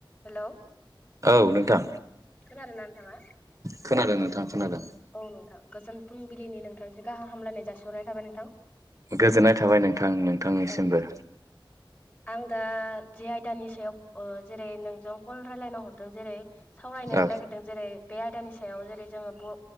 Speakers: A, on the left; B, on the right.
A: Hello
B: औ नोंथां
A: खोनादोंना नोंथाङा?
B: खोनादों नोंथां खोनादों।
A: औ नोंथां गोजोन फुंबिलिनि नोंथांसो गाहाम हामलायनाय जासिहरनाय थाबाय नोंथां।
B: गोजोननाय थाबाय नोंथां नोंथांनिसिमबो।
A: औ आं दा जे आयदानि सायाव जेरै नोंजों कल रायलायना हरदों। जेरै सावरायनो
B: औ
A: नागिरदों जेरै बे आयदानि सायाव जेरै जोङो